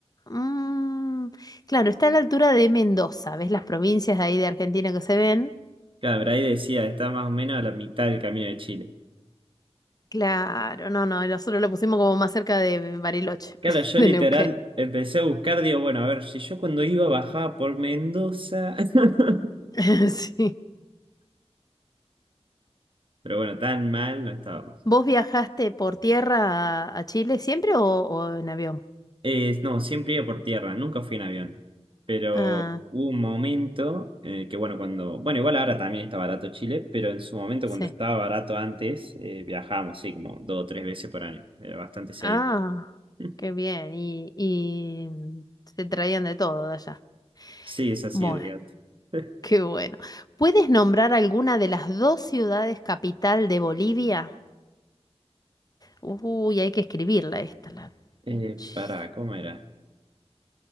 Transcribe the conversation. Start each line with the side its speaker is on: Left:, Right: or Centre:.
Left: Mm, claro, está a la altura de Mendoza. ¿Ves las provincias de ahí de Argentina que se ven?
Right: Claro, pero ahí decía, está más o menos a la mitad del camino de Chile.
Left: Claro, no, no, nosotros lo pusimos como más cerca de Bariloche,
Right: Claro,
Left: <laughs>
Right: yo
Left: de
Right: literal
Left: Neuquén.
Right: empecé a buscar, digo, bueno, a ver, si yo cuando iba bajaba por Mendoza, <laughs>
Left: <laughs> Sí.
Right: pero bueno, tan mal no estábamos.
Left: ¿Vos viajaste por tierra a, a Chile siempre o, o en avión?
Right: Eh, no, siempre iba por tierra, nunca fui en avión, pero
Left: Ah,
Right: hubo un momento en el que, bueno, cuando, bueno, igual ahora también está barato Chile, pero en su momento
Left: sí.
Right: cuando estaba barato antes, eh, viajábamos, sí, como dos o tres veces por año, era bastante seguido.
Left: Ah,
Right: <laughs>
Left: qué bien. Y, y se traían de todo de allá.
Right: Sí, es así,
Left: Bueno,
Right: olvídate.
Left: <laughs>
Right: <laughs>
Left: qué bueno. ¿Puedes nombrar alguna de las dos ciudades capital de Bolivia? Uy, hay que escribirla esta, la
Right: Eh,
Left: cuchis.
Right: pará, ¿cómo era?